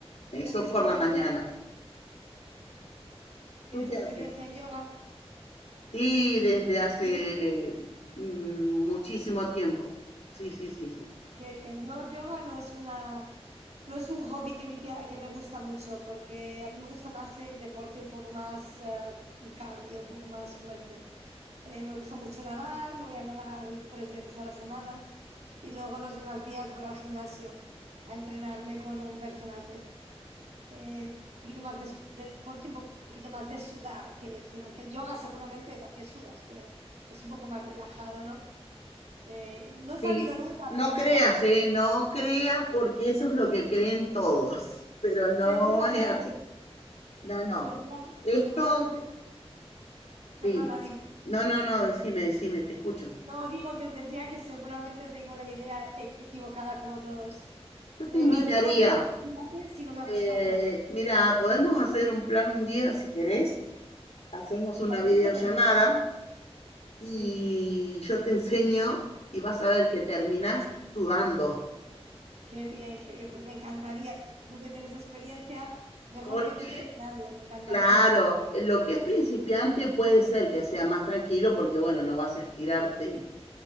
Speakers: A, on the right; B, on the left.
A: ¿Tienes
B: Eso
A: experiencia,
B: por la mañana. ¿Tú
A: tienes
B: qué
A: experiencia
B: haces?
A: en yoga?
B: Y desde hace
A: ¿Tienes?
B: mm, muchísimo tiempo. Sí, sí, sí, sí.
A: Qué bien. Yo, yoga no es una, no es un hobby que me, pia- que me gusta mucho, porque a mí me gusta más el deporte un poco más eh, cardio, un poco más fuerte. Eh, me gusta mucho nadar, voy a nadar tres veces a la semana y luego los demás días voy al gimnasio a entrenarme con un personal trainer. Eh, un poquito más de, de deporte, un po- un poquito más de sudar, quiero decir, aunque el yoga seguramente también sudas, pero es un poco más relajado, ¿no? Eh, no he sabido
B: Sí,
A: nunca
B: no
A: hacer
B: creas,
A: yoga,
B: ¿eh? No creas
A: ¿verdad?
B: porque eso es lo que creen todos, pero no
A: Seguramente,
B: es así. No, no.
A: segura-
B: Esto,
A: seguramente, perdona,
B: sí.
A: dime.
B: No, no, no, decime, decime, te escucho.
A: No digo que decía que seguramente tengo la idea e- equivocada como todos,
B: Yo
A: pero
B: te invitaría,
A: he probado una vez pilates y no me ha
B: eh,
A: gustado nada.
B: mira, podemos hacer un plan un día si querés, hacemos
A: Me
B: una
A: parece
B: videollamada
A: fenomenal. Sí,
B: y yo te enseño y vas a ver que terminás sudando,
A: qué bien, qué bien. Pues me encantaría. Tú que tienes experiencia, mejor
B: porque
A: que tú creo que nadie. Me encantaría,
B: Claro,
A: sí,
B: lo que es principiante puede ser que sea más tranquilo porque, bueno, no vas a estirarte